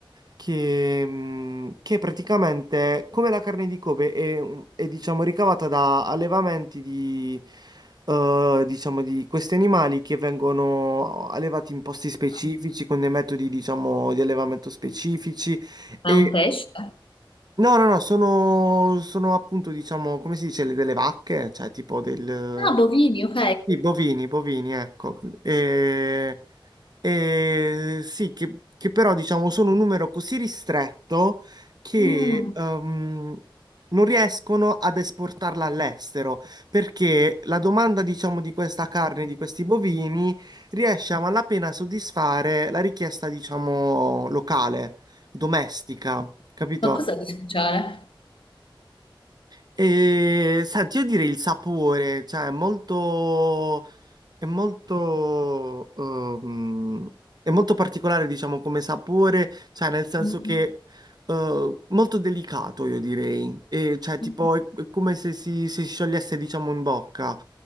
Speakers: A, on the right (about 50°); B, on the left (about 75°).
A: che, mh, che praticamente, come la carne di Kobe, è, un- è, diciamo ricavata da allevamenti di, eh, diciamo, di questi animali che vengono allevati in posti specifici,
B: Ah,
A: con dei metodi, diciamo, di allevamento specifici.
B: È
A: E
B: un pesce?
A: no, no, no, sono, sono appunto, diciamo, come si dice, le- delle vacche, cioè tipo del...
B: Ah, bovini, ok.
A: I bovini, bovini, ecco. E, eh, sì, che, che però diciamo sono un numero così ristretto che
B: Mm.
A: ehm, non riescono ad esportarla all'estero perché la domanda, diciamo, di questa carne, di questi bovini, riesce a malapena a soddisfare la richiesta, diciamo, locale, domestica, capito?
B: Ma cosa di speciale?
A: E senti, io direi il sapore, cioè è molto, è molto, ehm, è molto particolare, diciamo, come sapore, cioè nel senso
B: Mm.
A: che eh, molto delicato, io direi, e, cioè tipo
B: Ok.
A: è, è come se si, si sciogliesse, diciamo, in bocca,